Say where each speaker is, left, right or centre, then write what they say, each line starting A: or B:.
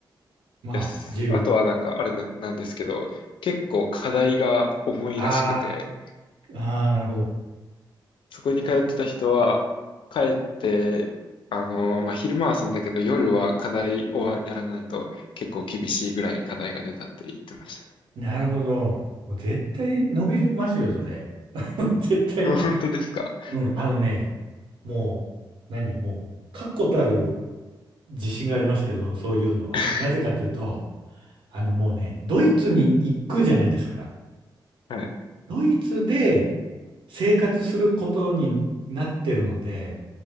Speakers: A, on the right (about 80°); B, on the left (about 80°).
A: まあ、
B: です。
A: 自由。
B: あとはなんかあれな、なんですけど、結構課題が重いらしくて、
A: ああ、ああ、なるほど。
B: そこに通ってた人は、帰って、あの、まあ、昼間は遊んだけど、夜は課題をやらないと結構厳しいぐらい課題が出たって言ってましたね。
A: なるほど。もう絶対伸びますよ、それ。<laughs> 絶対
B: <laughs> 本当ですか
A: うん、あのね、もう、何、もう、確固たる自信がありますけど、そういうのは。
B: <laughs>
A: なぜかというと、あのもうね、ドイツに行くじゃないですか。
B: はい、
A: ドイツで生活することになってるので、